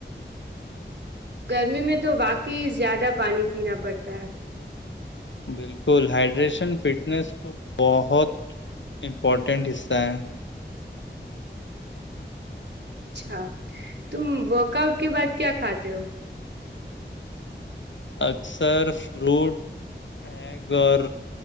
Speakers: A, on the right; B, on the left.
A: گرمی میں تو واقعی زیادہ پانی پینا پڑتا ہے
B: بالکل ہائڈریشن فٹنیس کو بہت امپورٹنٹ اسز تا
A: اچھا تم ورک آؤٹ کے بعد کیا کھاتے ہو
B: اکثر فروٹ ایک اور